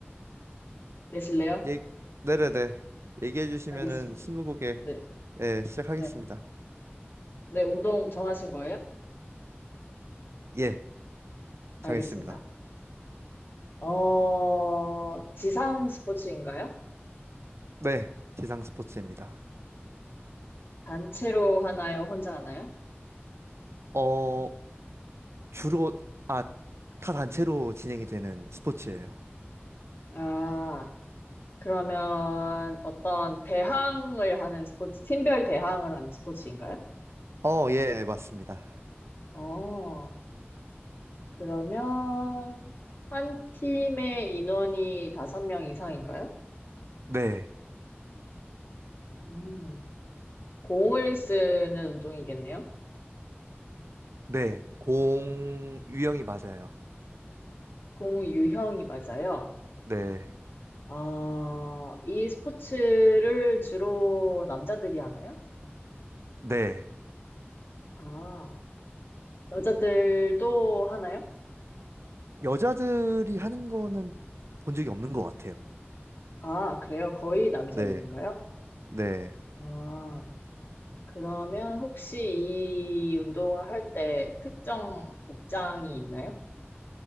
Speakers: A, on the left (about 60°); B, on the right (about 85°).
A: 내실래요?
B: 얘, 네네네. 얘기해 주시면은
A: 알겠습니다.
B: 스무고개,
A: 네.
B: 예, 시작하겠습니다.
A: 네. 네, 운동 정하신 거예요?
B: 예, 정했습니다.
A: 알겠습니다. 어, 지상 스포츠인가요?
B: 네, 지상 스포츠입니다.
A: 단체로 하나요? 혼자 하나요?
B: 어, 주로, 아, 타 단체로 진행이 되는 스포츠예요.
A: 아, 그러면 어떤 대항을 하는 스포츠, 팀별 대항을 하는 스포츠인가요?
B: 어, 예, 맞습니다.
A: 어, 그러면 한 팀의 인원이 다섯 명 이상인가요?
B: 네,
A: 음, 공을 쓰는 운동이겠네요.
B: 네, 공 유형이 맞아요.
A: 공 유형이 맞아요.
B: 네,
A: 아, 이 스포츠를 주로 남자들이 하나요?
B: 네.
A: 아, 여자들도 하나요?
B: 여자들이 하는 거는 본 적이 없는 것 같아요.
A: 아, 그래요? 거의 남자들인가요?
B: 네, 네,
A: 아, 그러면 혹시 이 운동을 할 때 특정 복장이 있나요?